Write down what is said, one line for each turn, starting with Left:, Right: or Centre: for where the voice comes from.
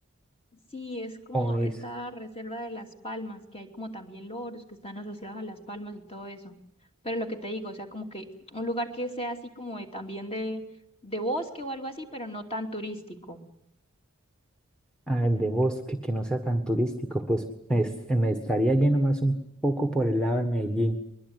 Left: Sí, es como
Centre: O es
Left: esta reserva de las palmas, que hay como también loros que están asociados a las palmas y todo eso. Pero lo que te digo, o sea, como que un lugar que sea así como de, también de, de bosque o algo así, pero no tan turístico.
Centre: ah, de bosque que no sea tan turístico, pues es- me estaría yendo más un poco por el lado de Medellín,